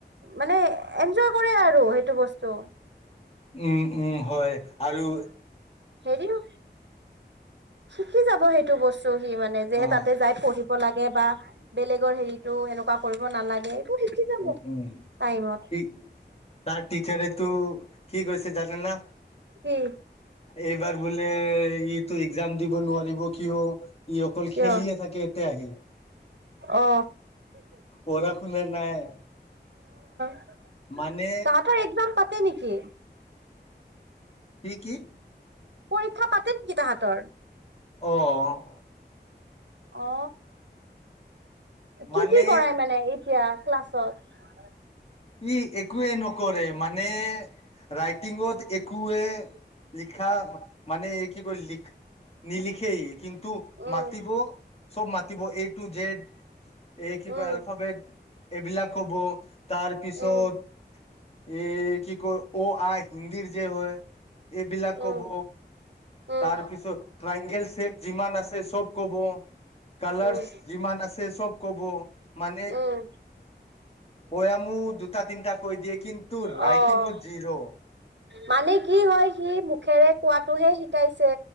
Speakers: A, on the right (about 75°); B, on the left (about 35°).
A: মানে এনজয় কৰে আৰু সেইটো বস্তু।
B: উম্ উম হয় আৰু।
A: হেৰিও, শিকি যাব সেইটো বস্তু। হি মানে যে
B: অ
A: তাতে যাই পঢ়ি। লাগে বা বেলেগৰ হেৰিতো এনেকুৱা কৰিব নালাগে। শিকি যাব
B: উ উম
A: টাইমত
B: সি তাক টিচাৰেটো। কি কৈছে জানে না?
A: কি
B: এইবাৰ বোলে। ই এইটো এক্সাম। দিব নোৱাৰিব কিয়? ই অকল
A: কিয়
B: খেলিয়ে থাকে এতি আহি।
A: অ
B: পঢ়া শুনা নাই।
A: <inaudible>
B: মানে
A: তাহাঁতৰ এক্সাম। পাতে নেকি?
B: কি কি?
A: পৰীক্ষা পাতে নেকি তাহাঁতৰ?
B: অহ।
A: অ,
B: মানে
A: কি কি কৰাই মানে এতিয়া? ক্লাছত?
B: ই একো এই নকৰে মানে। ৰাইটিংত একোএ লিখা মানে। কি কৰি লিখ নিলিখ। খেই কিন্। টো
A: উম,
B: মাতিব চব মা। তিব এ টু জেড। এই কি
A: উম,
B: কয়, এলফাবেট। এইবিলাক কব। তাৰপিছত।
A: উম,
B: এ কি কয় অ আহ। হিন্দিৰ যে হয়, এইবিলাক কব,
A: উম, উম,
B: তাৰপিছত ট্ৰাইংগেল চ্বেপ যিমান আছে চব কব, কালাৰছ
A: উম,
B: যিমান আছে চব কব, মানে।
A: উম,
B: পয়ামো দুটা তিনিটা। কৈ দিয়ে, কিন্তু
A: অ',
B: ৰাইটিংত জিৰো।
A: মানে কি হয় সি মুখেৰে কোৱাটোহে শিকাইছে।